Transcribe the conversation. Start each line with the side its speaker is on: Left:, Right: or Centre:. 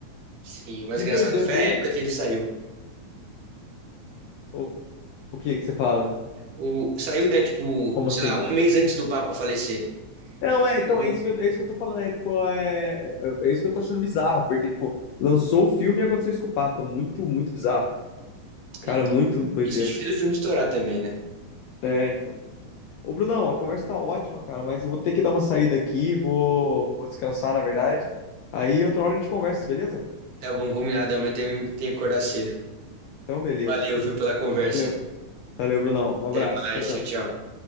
Right: Sim, o mais
Left: Que
Right: engraçado
Left: doideira,
Right: foi
Left: bem.
Right: a época que ele saiu.
Left: O, o que que você fala?
Right: O, saiu, né, tipo,
Left: Como
Right: sei
Left: assim?
Right: lá, um mês antes do Papa falecer.
Left: Não, é, então,
Right: Então,
Left: é isso que eu, é isso que eu tô falando, é, tipo, é, é, é isso que eu tô achando bizarro, porque, tipo, lançou o filme e aconteceu isso com o Papa, muito, muito bizarro. Cara,
Right: é, então.
Left: muito doideira.
Right: Isso acho que fez o filme estourar também, né?
Left: É, então. Ô, Brunão, a conversa tá ótima, cara, mas eu vou ter que dar uma saída aqui, vou, vou descansar, na verdade. Aí outra hora a gente conversa, beleza?
Right: Tá bom, combinado. Amanhã tem tem que acordar cedo.
Left: Então, beleza.
Right: Valeu, viu, pela conversa.
Left: Valeu. Valeu, Brunão. Um abraço.
Right: Até mais.
Left: Tchau, tchau.
Right: Tchau, tchau.